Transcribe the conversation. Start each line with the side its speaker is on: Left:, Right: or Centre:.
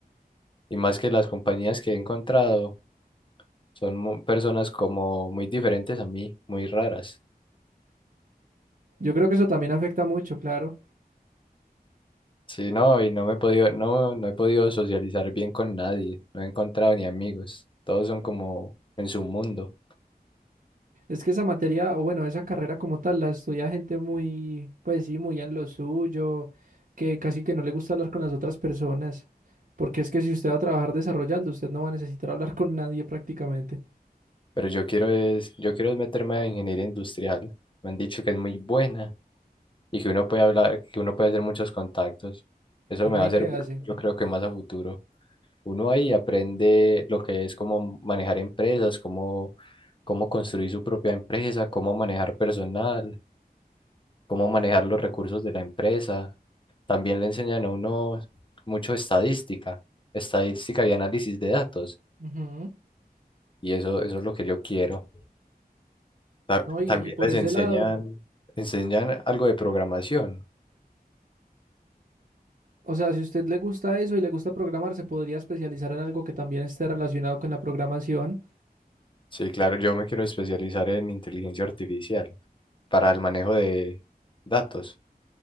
Left: Y más que las compañías que he encontrado. Son mu- personas como muy diferentes a mí, muy raras.
Right: Yo creo que eso también afecta mucho, claro.
Left: Sí, no, y no me he podido, no, no he podido socializar bien con nadie. No he encontrado ni amigos. Todos son como en su mundo.
Right: Es que esa materia, o bueno, esa carrera como tal, la estudia gente muy, pues sí, muy en lo suyo, que casi que no le gusta hablar con las otras personas, porque es que si usted va a trabajar desarrollando, usted no va a necesitar hablar con nadie prácticamente.
Left: Pero yo quiero es, yo quiero es meterme a ingeniería industrial. Me han dicho que es muy buena y que uno puede hablar, que uno puede hacer muchos contactos. Eso
Right: Y uno
Left: me
Right: ahí
Left: va a
Right: qué
Left: servir,
Right: hace.
Left: yo creo que más a futuro. Uno ahí aprende lo que es como manejar empresas, cómo, cómo construir su propia empresa, cómo manejar personal. cómo manejar los recursos de la empresa. También le enseñan a uno mucho estadística, estadística y análisis de datos.
Right: Ujú.
Left: Y eso, eso es lo que yo quiero. Ta-
Right: No, y,
Left: también
Right: y por
Left: les
Right: ese
Left: enseñan,
Right: lado,
Left: enseñan algo de programación.
Right: o sea, si a usted le gusta eso y le gusta programar, se podría especializar en algo que también esté relacionado con la programación.
Left: Sí, claro, yo me quiero especializar en inteligencia artificial para el manejo de datos.